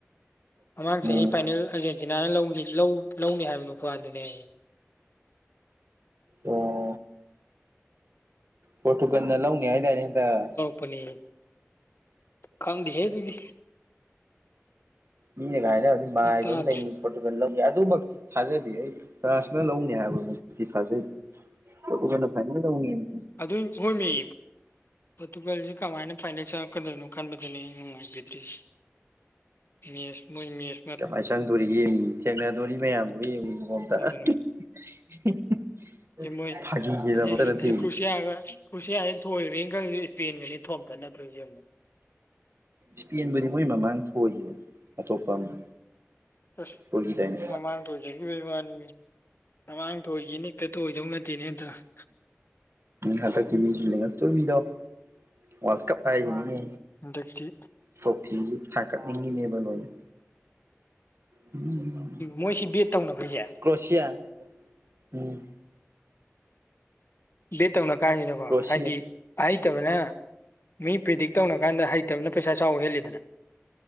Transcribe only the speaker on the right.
ꯎꯝ
ꯑꯣ ꯄ꯭ꯔꯣꯇꯨꯒꯜꯅ ꯂꯧꯅꯤ ꯍꯥꯏꯗꯥꯏꯅꯦ ꯍꯟꯗꯛ
ꯃꯤꯅꯥꯒ ꯍꯥꯏꯅꯕꯗꯤ ꯃꯥꯏꯕ
ꯑꯃ ꯂꯩ ꯄ꯭ꯔꯣꯇꯨꯒꯜ ꯂꯧꯅꯤ ꯑꯗꯨꯃꯛꯇꯤ ꯊꯥꯖꯗꯦ ꯑꯩꯗꯤ ꯐ꯭ꯔꯥꯟꯁꯅ ꯂꯧꯅꯤ ꯍꯥꯏꯕꯕꯨꯛꯇꯤ ꯊꯥꯖꯩ ꯄ꯭ꯔꯣꯇꯨꯒꯜꯅ ꯐꯥꯏꯅꯦꯜ ꯂꯩꯅꯤꯃꯤ
ꯀꯃꯥꯏ ꯆꯪꯗꯨꯔꯤꯌꯦ ꯊꯦꯡꯅꯗꯨꯔꯤ ꯃꯌꯥꯝꯗꯨꯒ ꯌꯦꯡꯉꯣ ꯏꯕꯨꯡꯉꯣ‌ ꯑꯝꯇ
<inaudible>
ꯐꯥꯒꯤꯒꯤꯗꯃꯛꯇ
ꯅꯠꯇꯦ
ꯁ꯭ꯄꯦꯟꯕꯨꯗꯤ ꯃꯣꯏ ꯃꯃꯥꯡ ꯊꯣꯏꯒꯤꯕꯅ‌ꯦ ꯑꯇꯣꯞꯄ ꯑꯃ
ꯊꯣꯏꯈꯤꯗꯥꯏꯅꯦ
ꯍꯟꯗꯛꯀꯤ ꯃꯤꯁꯨ ꯂꯤꯉꯛꯇꯣꯏꯃꯤꯗꯣ ꯋꯥꯔꯜ ꯀꯞ ꯍꯥꯏꯖꯤꯅꯤꯅꯦ
ꯄꯣꯐꯤꯁꯨ ꯊꯥꯡꯒꯠꯅꯤꯡꯉꯤꯅꯦꯕ ꯂꯣꯏꯅ ꯎꯝ
ꯀ꯭ꯔꯣꯁꯤꯌꯥ ꯎꯝ
ꯀ꯭ꯔꯣꯁꯤꯌꯥ